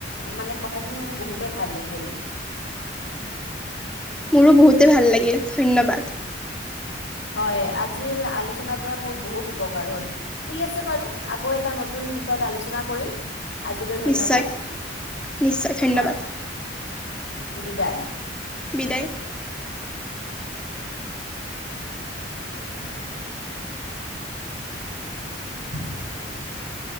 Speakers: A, on the left; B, in the centre.
A: মানে কথাখিনি মনি বহুতে ভাল লাগিল ।
B: মোৰো বহুতে ভাল লাগিল ধন্যবাদ ।
A: হয় আজিৰ আলোচনাৰ পৰা মোৰ বহুত উপকাৰ হল ঠিক আছে বাৰু আকৌ এটা নতুন বিষয়ত আলোচনা কৰিম । আজিলৈ ধন্যবাদ
B: নিশ্চয় নিশ্চয় ধন্যবাদ
A: হয় বিদায় ।
B: বিদায়
A: <inaudible> উ